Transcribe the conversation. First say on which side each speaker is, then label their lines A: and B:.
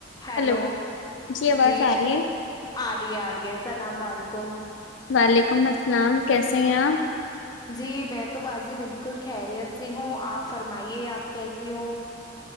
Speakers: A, on the left; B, on the left.
A: ہلو
B: ہیلو آواز
A: جی
B: آ
A: <unintelligible>
B: رہی ہے
A: آ رہی آ رہی السلام و علیکم
B: وعلیکم السلام کیسے ہیں آپ
A: جی میں تو باجی بالکل خیریت سے ہوں آپ فرمائیے آپ کیسی ہو